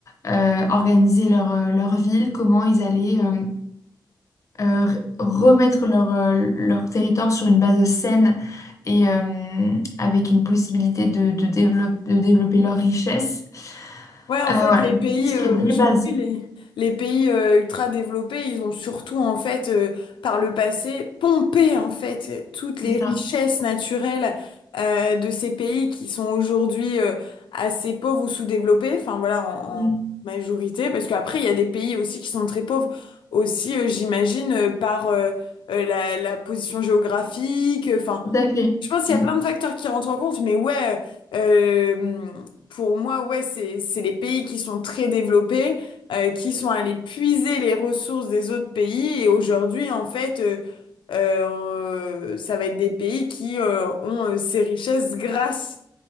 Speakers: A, on the left (about 40°); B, on the left (about 80°).
A: euh, organiser leur, euh, leur ville, comment ils allaient euh, euh, re- remettre leur, euh, leur territoire sur une base saine et euh, avec une possibilité de, de dévelop- de développer leur richesse.
B: Ouais, en
A: Ah,
B: fait,
A: voilà,
B: les
A: je
B: pays
A: pense qu'il
B: euh,
A: y a une
B: aujourd'hui,
A: vraie base,
B: les, les pays euh, ultra développés, ils ont surtout en fait, euh, par le passé, pompé en fait euh, toutes les
A: c'est ça.
B: richesses naturelles euh, de ces pays qui sont aujourd'hui euh, assez pauvres ou sous-développés. Enfin voilà, en,
A: Mm.
B: en majorité, parce qu'après il y a des pays aussi qui sont très pauvres aussi, euh, j'imagine, euh, par euh, euh, la, la position géographique. Enfin,
A: Tout à fait.
B: je pense qu'il
A: Mm.
B: y a plein de facteurs qui rentrent en compte, mais ouais, euh, pour moi, ouais, c'est, c'est les pays qui sont très développés, euh, qui sont allés puiser les ressources des autres pays. Et aujourd'hui, en fait, euh, euh, ça va être des pays qui, euh, ont euh, ces richesses grâce